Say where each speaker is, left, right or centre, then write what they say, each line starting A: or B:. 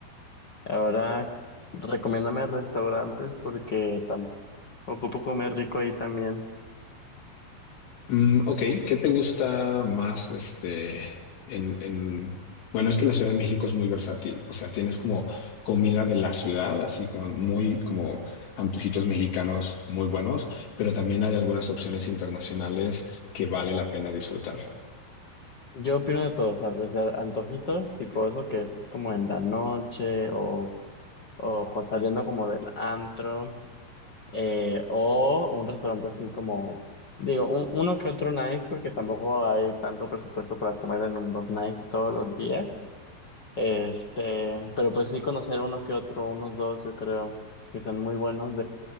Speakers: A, on the left; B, on the left.
A: Ahora, recomiéndame restaurantes porque tam- ocupo comer rico ahí también.
B: Mm, ok, ¿qué te gusta más, este, en, en, bueno, es que la Ciudad de México es muy versátil, o sea, tienes como comida de la ciudad, así como muy, como antojitos mexicanos muy buenos, pero también hay algunas opciones internacionales que vale la pena disfrutar.
A: Yo opino de todo, o sea, desde antojitos, tipo eso que es como en la noche o, o cuando saliendo como del antro, eh, o un restaurante así como, digo, un- uno que otro nice porque tampoco hay tanto presupuesto para comer en un- los nice todos los días. Este, pero pues sí conocer uno que otro, unos dos, yo creo que son muy buenos